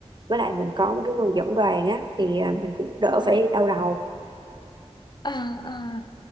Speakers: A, on the right; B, on the left.
A: với lại mình có một cái người dẫn đoàn á thì à, mình cũng đỡ
B: à
A: phải đau đầu
B: À, à,